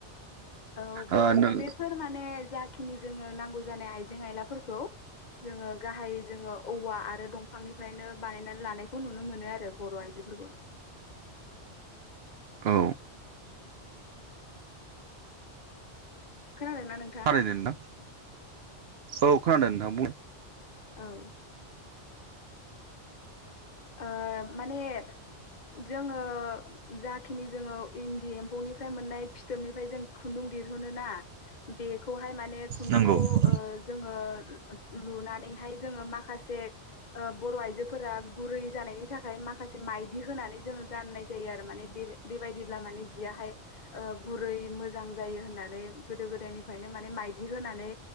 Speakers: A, on the left (about 45°); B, on the right (about 65°).
A: औ बेफो
B: ओ नों
A: बेफोर माने जाखिनि जोङो नांगौ जानाय आइजें आयलाफोरखौ जोङो गाहाय जोङो औवा आरो दंफांनिफ्रायनो बानायनानै लानायखौ नुनो मोनो आरो बर' आइजोफोरखौ <inaudible>
B: औ
A: खोनादोंना नोंथां
B: खालायदों नोंथां औ खोनादों नोंथां बुं
A: औ ओ माने जोङो जाखिनि जोङो इन्दि एम्फौनिफ्राय मोननाय फिथोबनिफ्राय जों खुन्दुं देरहुनो ना बेखौहाय माने खुन्दुंखौ
B: नंगौ औ
A: ओ जोङो लुनानैहाय जोङो माखासे से ओ बर' आइजोफोरा गुरै जानायनि थाखाय माखासे माइदि होनानै जो जो गाननाय जायो आरो माने बे बे बायदिब्ला माने जियहाय ओ गुरै मोजां जायो होननानै नै गोदो गोदायनिफ्रायनो माने माइदि होनानै